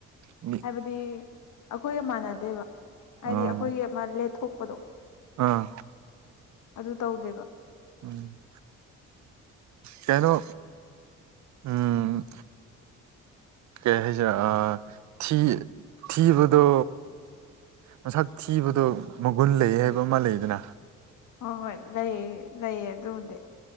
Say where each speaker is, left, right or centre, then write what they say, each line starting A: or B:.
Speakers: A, on the right; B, on the left.
A: ꯎꯝ
B: ꯍꯥꯏꯕꯗꯤ ꯑꯩꯈꯣꯏꯒ ꯃꯥꯟꯅꯗꯦꯕ ꯍꯥꯏꯗꯤ
A: ꯑꯥ
B: ꯑꯩꯈꯣꯏꯒꯤ ꯃ ꯂꯦ ꯊꯣꯛꯄꯗꯣ
A: ꯑꯥ
B: ꯑꯗꯨ ꯇꯧꯗꯦꯕ
A: ꯎꯝ ꯀꯩꯅꯣ ꯎꯝ ꯀꯩ ꯍꯩꯖꯦꯔ ꯑꯥ ꯊꯤ ꯊꯤꯕꯗꯣ ꯃꯁꯛ ꯊꯤꯕꯗꯣ ꯃꯒꯨꯟ ꯂꯩꯌꯦ ꯍꯩꯕ ꯑꯃ ꯂꯩꯗꯅ
B: ꯍꯣ ꯍꯣꯏ ꯂꯩꯏ ꯂꯩꯌꯦ ꯑꯗꯨꯕꯨꯗꯤ